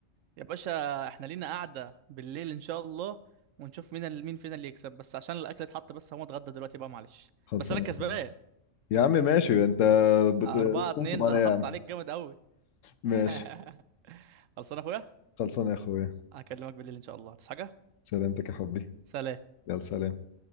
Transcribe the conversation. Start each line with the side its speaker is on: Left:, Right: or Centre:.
Right: يا باشا احنا لينا قعدة بالليل إن شاء الله ونشوف مين ال- مين فينا اللي يكسب بس عشان الأكل اتحط بس هو اتغدى دلوقتي بقى معلش
Left: خلصانة
Right: بس أنا كسبان
Left: يا حبيبي يا عم ماشي انت بت...
Right: أربعة
Left: بتنصب
Right: اتنين
Left: عليا
Right: ده أنا
Left: يا
Right: حاطط
Left: عم
Right: عليك جامد أوي
Left: ماشي
Right: <laughs> خلصان يا أخويا
Left: خلصانة يا اخويا
Right: هكلمك بالليل إن شاء الله تصحى حاجة
Left: سلامتك يا حبي
Right: سلام
Left: يلا سلام